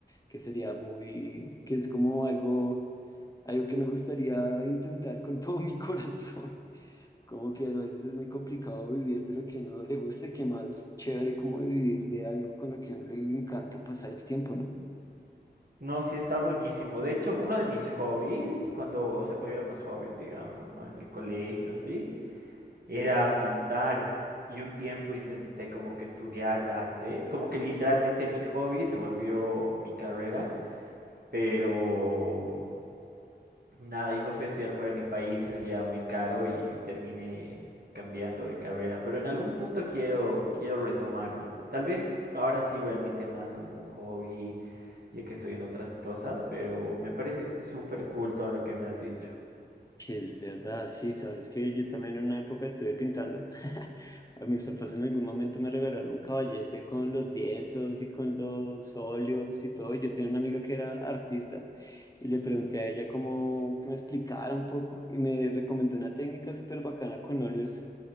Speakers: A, on the left (about 20°); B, on the right (about 60°).
A: que sería muy, que es como algo, algo que me gustaría intentar con todo mi <laughs> corazón. Como que a veces es muy complicado vivir de lo que a uno le gusta, que más chévere como vivir de algo con lo que a uno le encanta pasar el tiempo, ¿no?
B: No, sí, está buenísimo. De hecho, uno de mis hobbies, cuando, o sea, cuando yo era más joven, digamos, ¿no? En el colegio, así, era pintar. Y un tiempo intenté como que estudiar arte, como que literalmente mi hobby se volvió mi carrera, pero Nada, yo me fui a estudiar fuera de mi país y salía muy caro y terminé cambiando de carrera, pero en algún punto quiero, quiero retomarlo. Tal vez ahora sí realmente más como un hobby, ya que estoy en otras cosas, pero me parece súper cool todo lo que me has dicho.
A: Es verdad, sí, sabes que yo también en una época estuve pintando. <laughs> A mis papás en algún momento me regalaron un caballete con los lienzos y con los óleos y todo. Yo tenía una amiga que era artista y le pregunté a ella cómo que me explicara un poco y me recomendó una técnica súper bacana con óleos